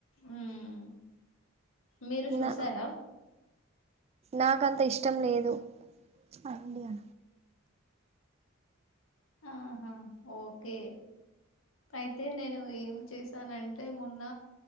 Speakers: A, on the left; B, on the right.
A: మ్మ్ మీరు చూసారా
B: నా నాకంత ఇష్ ష్టం లేదు అండి అ
A: ఆహా ఓకే అయితే నేను ఏం చేశానంటే మొన్న